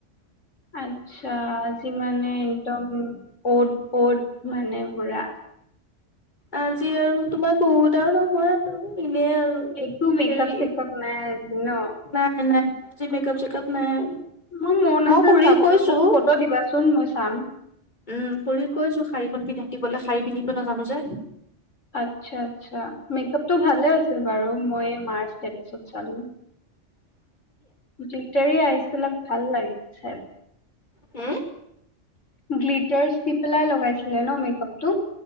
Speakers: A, on the left (about 80°); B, on the left (about 35°).
A: আচ্ছা, আজি মানে একদম অত তত মানে পুৰা
B: আজি আৰু তোমাৰ বহুত আৰু নহয় আৰু এনে আৰু
A: একো মেকআপ
B: হেৰি
A: চেকআপ নাই আজি ন?
B: নাই, নাই, নাই। আজি মেকআপ, চেকআপ নাই।
A: মোৰ মন
B: মই
A: আছে
B: খুৰীক
A: চাবলৈ,
B: কৈছো
A: মোক ফটো দিবাচোন মই চাম।
B: উম, খুৰি কৈছোঁ! শাৰীখন পিন্ধাই দিবলে, শাৰী পিন্ধিব নাজানোঁ যে।
A: আচ্ছা, আচ্ছা। মেকআপটো ভালে আছিল বাৰু, মই মাৰ ষ্টেটাচত চালোঁ।
B: <unintelligible>
A: গিটাৰী আইচবিলাক ভাল লাগিছে।
B: হু!
A: গ্লিটাৰ দি পেলাই লগাইছিলে ন মেকআপটো?